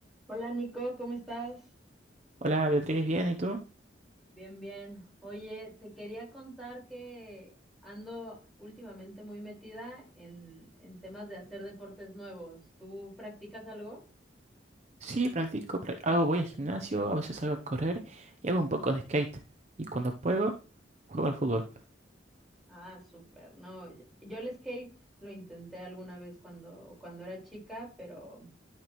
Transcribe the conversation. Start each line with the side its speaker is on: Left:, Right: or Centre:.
Centre: Hola Nico, ¿cómo estás?
Right: Hola Beatriz, ¿bien? ¿Y tú?
Centre: Bien, bien. Oye, te quería contar que ando últimamente muy metida en, en temas de hacer deportes nuevos. ¿Tú practicas algo?
Right: Sí, practico, prac- hago, voy al gimnasio, a veces salgo a correr y hago un poco de skate. Y cuando puedo, juego al fútbol.
Centre: Ah, súper. No, yo el skate lo intenté alguna vez cuando, cuando era chica, pero